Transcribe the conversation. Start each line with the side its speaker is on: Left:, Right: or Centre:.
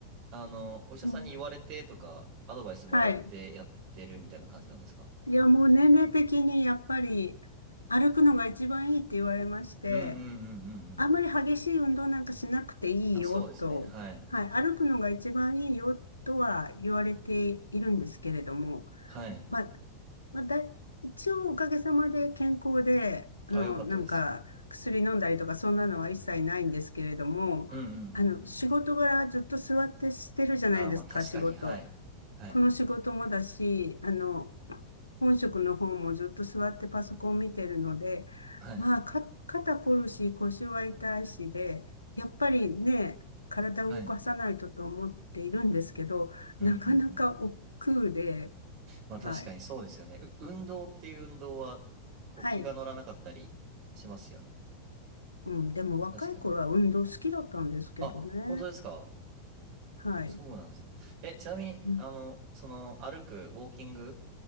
Right: あの、お医者さんに言われてとか、
Left: うん、
Right: アドバイスもらってやってるみたいな感じなんですか
Left: はい。いや、もう年齢的にやっぱり歩くのが一番いいって言われまして、
Right: うんうんうんうんうん。
Left: あんまり激しい運動なんかしなくていいよと、
Right: あ、そうですね。はい。
Left: はい。歩くのが一番いいよとは言われているんですけれども、
Right: はい。
Left: まあ、まあ、だ、一応おかげさまで健康で、あの、
Right: あ、よかったです。
Left: なんか薬飲んだりとかそんなのは一切ないんですけれども、
Right: うんうんうんうん。
Left: あの、仕事柄ずっと座ってしてるじゃないですか、
Right: あー、まあ確かに。
Left: 仕事。
Right: はい。はい。
Left: この仕事もだし、あの、本職の方もずっと座ってパソコン見てるので、
Right: はい。
Left: まあ、か、肩こるし、腰は痛いしで、やっぱりね、体を動かさないとと思っているんですけど、
Right: はい。うんうんうん。
Left: なかなか億劫で、
Right: まあ確かにそうですよね。
Left: はい。
Right: う運動っていう運動は、こう気が乗らなかったりしますよね。
Left: はい。うん、でも若い頃は運動好きだったんですけどね。
Right: 確かに。あ、本当ですか。
Left: はい。
Right: そうなんですね。え、ちなみに、
Left: うん
Right: あの、その歩く、ウォーキング